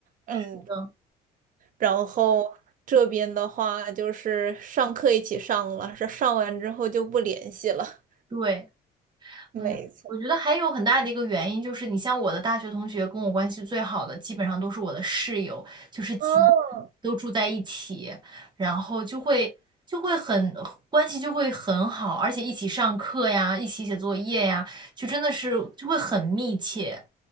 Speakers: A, on the right; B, on the right.
A: 嗯，
B: 是的，
A: 然后这边的话就是上课一起上了，上上完之后就不联系了。
B: 对。
A: 没错。
B: 嗯，我觉得还有很大的一个原因就是，你像我的大学同学，跟我关系最好的，基本上都是我的室友，就是几
A: 哦
B: 都住在一起，然后就会就会很关系就会很好，而且一起上课呀，一起写作业呀，就真的是就会很密切。